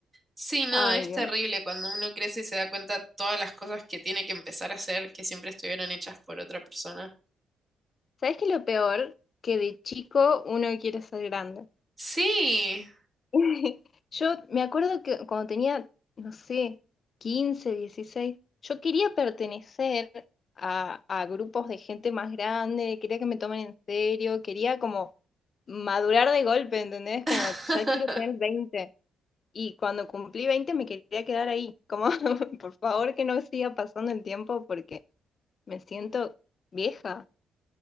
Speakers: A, on the right (about 20°); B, on the left (about 45°).
A: Sí, no,
B: Ay,
A: es
B: Dios.
A: terrible cuando uno crece y se da cuenta todas las cosas que tiene que empezar a hacer que siempre estuvieron hechas por otra persona.
B: ¿Sabes qué es lo peor? Que de chico uno quiere ser grande.
A: Sí,
B: <laughs> Yo me acuerdo que cuando tenía, no sé, 15, 16, yo quería pertenecer a, a grupos de gente más grande, quería que me tomen en serio, quería como madurar de golpe, ¿entendés? Como
A: <laughs>
B: ya quiero tener veinte Y cuando cumplí 20 me quería quedar ahí, como <laughs> por favor que no siga pasando el tiempo porque me siento vieja.